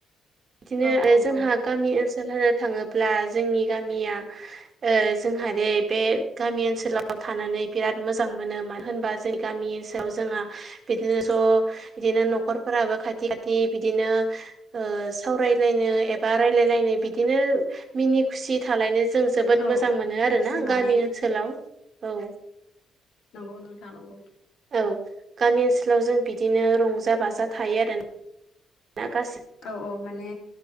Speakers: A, on the right (about 50°); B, on the left (about 75°).
A: इदिनो
B: औ
A: आरो
B: औ
A: जोंहा
B: औ
A: गामि ओनसोल होनो थाङोब्ला जोंनि गामिया ओ जोंहा दे बे गामि ओनसोलाव थानानै बिराद मोजां मोनो मानो होनबा जोंनि गामि ओनसोलाव जोंहा बिदिनो ज' बिदिनो न'खरफोराबो खाथि खाथि बिदिनो ओ सावरायलायनो एबा रायलायलायनो बिदिनो मिनि खुसि थालायनो जों जोबोद
B: औ
A: मोजां मोनो आरोना
B: खुसि माने
A: गामि ओनसोलाव औ
B: नंगौ नोंथा नांगौ।
A: औ गामि ओनसोलाव जों बिदिनो रंजा बाजा थायो आरो ना गासै
B: औ-औ माने